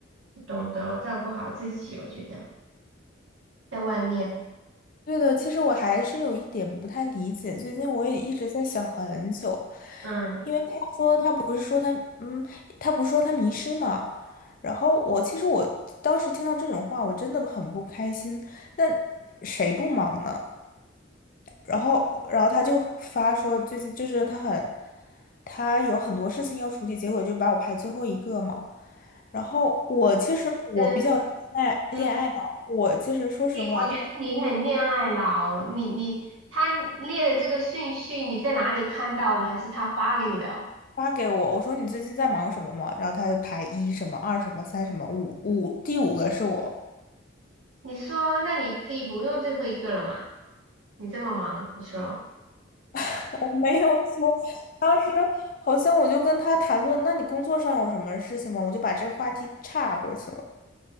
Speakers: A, on the right (about 80°); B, on the left (about 45°).
A: 懂得照顾好自己。我觉得在外面，
B: 对的，其实我还是有一点不太理解，最近我也一直在想很久，
A: 嗯，
B: 因为他说他不是说他嗯，他不是说他迷失嘛，然后我其实我当时听到这种话，我真的很不开心。那谁不忙呢？然后然后他就发说最近就是他很他有很多事情要处理，结果就把我排最后一个嘛。然后我其实我比较恋爱恋爱脑，
A: 嗯，嗯
B: 我其实说实话。
A: 对我觉得你很恋爱脑，你你他列的这个顺序，你在哪里看到的？还是他发给你的？
B: 发给我，我说你最近在忙什么吗？然后他就排一什么二什么三什么五五，第五个是我，
A: 你说，那你可以不用最后一个了嘛？你这么忙，你说，
B: <laughs> 我没有说，当时好像我就跟他谈论，那你工作上有什么事情吗？我就把这个话题岔过去了。